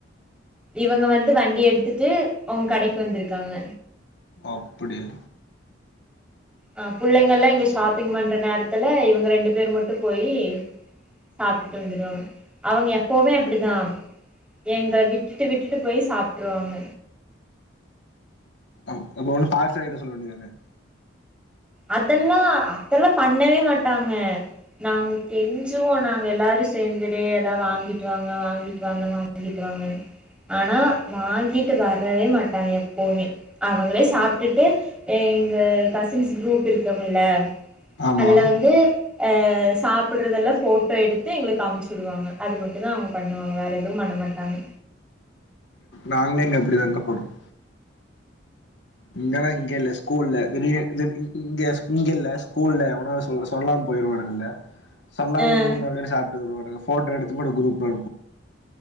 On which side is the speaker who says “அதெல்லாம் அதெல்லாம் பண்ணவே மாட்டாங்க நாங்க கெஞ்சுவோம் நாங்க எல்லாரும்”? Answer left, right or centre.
Centre